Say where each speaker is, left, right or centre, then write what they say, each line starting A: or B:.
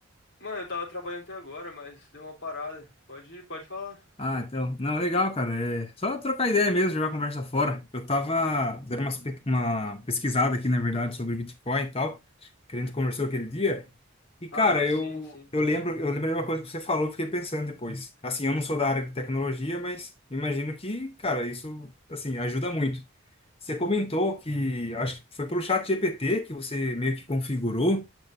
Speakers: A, on the left (about 60°); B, on the left (about 30°).
A: Mano, eu tava trabalhando até agora, mas deu uma parada. Pode ir, pode falar.
B: Ah, então. Não, legal, cara. É só trocar ideia mesmo, jogar a conversa fora. Eu tava dando umas pe- uma pesquisada aqui, na verdade, sobre Bitcoin e tal, que a gente conversou aquele dia. E,
A: Ah,
B: cara, eu,
A: sim, sim.
B: eu lembro, eu lembrei de uma coisa que você falou, fiquei pensando depois. Assim, eu não sou da área de tecnologia, mas imagino que, cara, isso, assim, ajuda muito. Você comentou que acho que foi pelo chat GPT que você meio que configurou